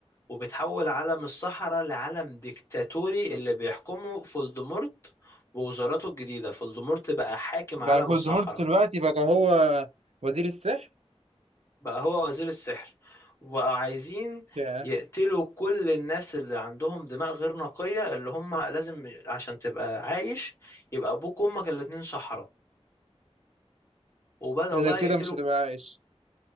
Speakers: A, on the left; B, on the right.
A: وبيتحول عالم الصحراء لعالم ديكتاتوري اللي بيحكمه فولدمورت ووزاراته الجديدة فولدمورت بقى حاكم
B: يعني
A: عالم
B: فولدمورت
A: الصحراء
B: دلوقتي بقى هو وزير السحر
A: بقى هو وزير السحر وبقوا عايزين
B: يا.
A: يقتلوا كل الناس اللي عندهم دماء غير نقية اللي هم لازم عشان تبقى عايش يبقى أبوك وأمك الاتنين سحرة وبدأوا
B: إلا
A: بقى
B: كده
A: يقتلوا
B: مش هتبقى عايش